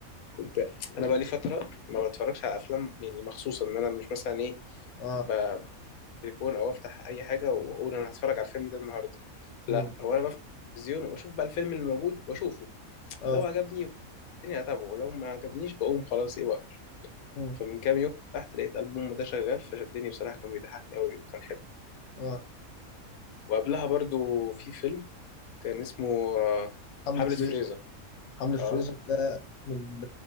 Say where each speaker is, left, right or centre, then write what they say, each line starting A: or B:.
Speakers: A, on the left; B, on the left.
A: كنت انا بقى لي فتره ما بتفرجش على افلام يعني مخصوص ان انا مش مثلا ايه
B: أه
A: ب- بالتليفون او افتح اي حاجه واقول انا هتفرج على الفيلم ده النهارده لا
B: أمم
A: هو انا بفتح التلفزيون واشوف بقى الفيلم اللي موجود واشوفه
B: أه
A: لو عجبني الدنيا اتابعه ولو ما عجبنيش بقوم خلاص ايه واقفل
B: أمم
A: فمن كام يوم تحت لقيت ألبوم ده شغال فشدني بصراحة كان بيضحكني قوي وكان حلو
B: أه
A: وقبلها برضو في فيلم كان اسمه آه،
B: حملة
A: حملة
B: فريزر
A: فريزر
B: حملة فريزر
A: اه
B: ده من